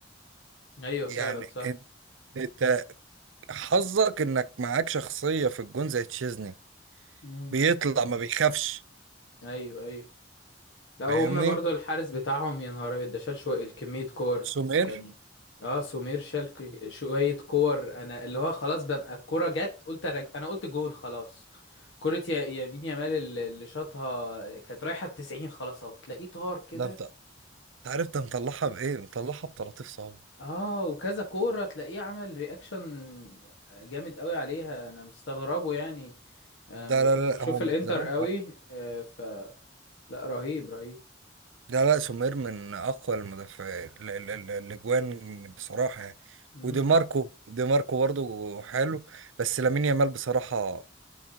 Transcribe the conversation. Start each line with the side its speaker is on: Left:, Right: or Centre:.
Left: ايوه فعلا
Right: يعني
Left: صح
Right: انت انت حظك انك معاك شخصية في الجون زي تشيزني
Left: مم.
Right: بيطلع ما بيخافش
Left: ايوه ايوه لا هم
Right: فاهمني
Left: برضو الحارس بتاعهم يا نهار ابيض ده شال شوية كمية كور
Right: سومير
Left: يعني اه سمير شال ك- شوية كور انا اللي هو خلاص ببقى الكرة جت قلت انا انا قلت جون خلاص كرة يا- يمين يامال اللي اللي شاطها كانت رايحة التسعين خلاص اهو تلاقيه طار كده
Right: ده انت انت عارف ده مطلعها بايه مطلعها بطراطيف صعبة
Left: اه وكذا كورة تلاقيه عمل رياكشن جامد قوي عليها انا مستغربه يعني آه،
Right: ده
Left: ما
Right: لا
Left: كنتش
Right: لا
Left: بشوف
Right: لا هو
Left: الانتر
Right: من زمان
Left: قوي آه، ف لا رهيب رهيب
Right: ده لا سومير من اقوى المدافعين ال- ال- ال- الاجوان بصراحه يعني
Left: مم.
Right: ودي ماركو دي ماركو برضه حلو بس لامين يامال بصراحه